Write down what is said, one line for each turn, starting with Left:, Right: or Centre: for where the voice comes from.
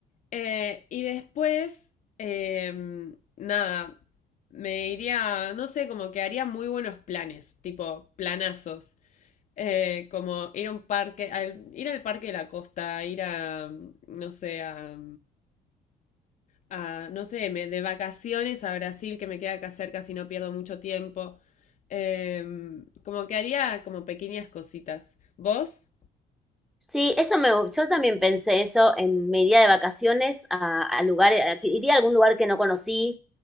Left: Eh, y después, em, nada, me iría, no sé, como que haría muy buenos planes, tipo planazos. Eh, como ir a un parque, al- ir al parque de la costa, ir a, no sé, a... a, no sé, me, de vacaciones a Brasil, que me queda acá cerca si no pierdo mucho tiempo. Em, como que haría como pequeñas cositas. ¿Vos?
Centre: Sí, eso me, gu- yo también pensé eso en mi día de vacaciones a, a lugares, a- que iría a algún lugar que no conocí,